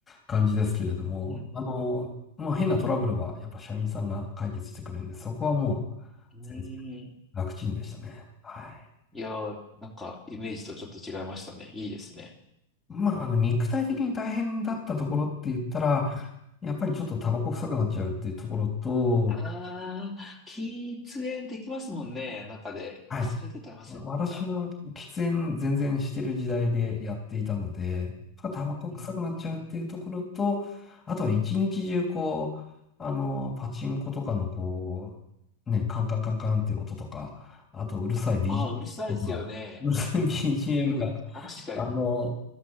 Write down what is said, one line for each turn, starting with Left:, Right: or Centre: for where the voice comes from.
Left: 感じですけれども、
Centre: うん
Left: あの、まあ、変なトラブルはやっぱ社員さんが解決してくれるんで、そこはもう全然
Centre: うん。うん。
Left: 楽ちんでしたね。はい。
Centre: いやー、なんかイメージとちょっと違いましたね。いいですね。
Left: まあ、あの、肉体的に大変だったところって言ったら、やっぱりちょっとタバコ臭くなっちゃうっていうところと、
Centre: ああ、喫煙できますもんね、中で。
Left: はい。
Centre: 忘れてた、忘れてた。
Left: まあ私は喫煙全然してる時代でやっていたので、まあタバコ臭くなっちゃうっていうところと、
Centre: うんうんうん、
Left: あとは一日中こう、あの、パチンコとかのこう、ね、カンカンカンカンっていう音とか、あとうるさいビージ
Centre: ああ、
Left: m
Centre: うるさいですよね。
Left: とか、うるさいビー g
Centre: うー、
Left: ムが、
Centre: 確かに。
Left: あの、